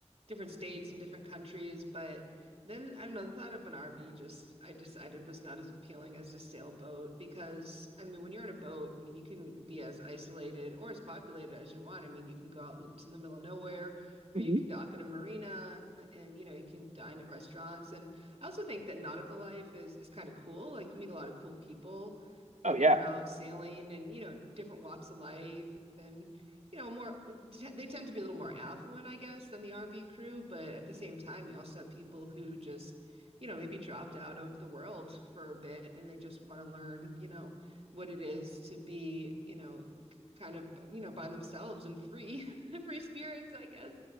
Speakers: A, on the right (about 60°); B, on the right (about 85°).
A: different states and different countries. But then I don't know, the thought of an RV just I decided was not as appealing as a sailboat because I mean when you're in a boat, I mean you can be as isolated or as populated as you want. I mean you can go out into the middle of nowhere or
B: mm-hmm.
A: you can dock in a marina and you know you can dine at restaurants and I also think that nautical life is is kind of cool. Like you meet a lot of cool people when
B: oh yeah,
A: you're out sailing and you know different walks of life and you know more t- they tend to be a little more affluent, I guess, than the RV crew, but at the same time you also have people who just you know maybe dropped out of the world for a bit and they just want to learn, you know, what it is to be, you know, kind of, you know, by themselves and free <laughs> free spirits, I guess.